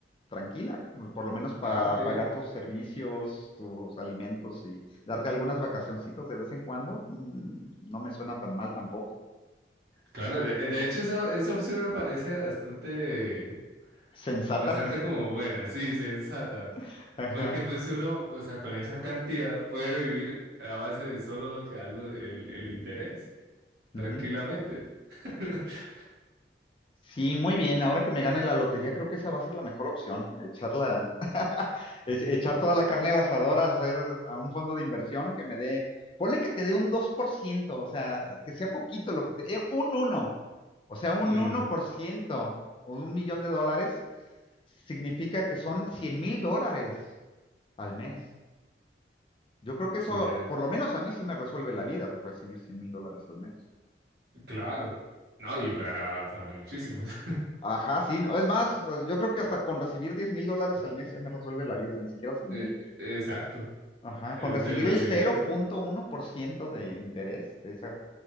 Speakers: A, on the left; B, on the right.
A: tranquila, por lo menos para
B: Ah, ok.
A: pagar tus servicios, tus alimentos y darte algunas vacacioncitas de vez en cuando. Mm, No me suena tan mal tampoco.
B: Claro, de, de hecho esa, esa opción me parece bastante,
A: Sensata.
B: bastante como buena, sí, sensata.
A: <laughs> Ajá.
B: Porque pues uno, o sea, con esa cantidad puede vivir a base de solo lo que da lo- el el interés. tranquilamente.
A: Ujú.
B: <laughs>
A: Sí, muy bien. Ahora que me gane la lotería, creo que esa va a ser la mejor opción. Echarla, <laughs> echar toda la carne al asador, a hacer a un fondo de inversión que me dé, ponle que te dé un 2%, o sea, que sea poquito lo que te, eh, un uno, o sea, un
B: Ujú,
A: 1% o un millón de dólares significa que son cien mil dólares al mes. Yo creo que
B: Sería,
A: eso, por lo menos a mí sí me resuelve la vida, recibir cien mil dólares al mes.
B: claro. No, y para, para muchísimos. <laughs>
A: Ajá, sí, no, es más, yo creo que hasta con recibir diez mil dólares al mes ya me resuelve la vida, ni siquiera 100
B: E-
A: mil.
B: Exacto.
A: Ajá,
B: Eh,
A: con recibir
B: Del recibir
A: el 0.1%
B: eso,
A: de interés de esa,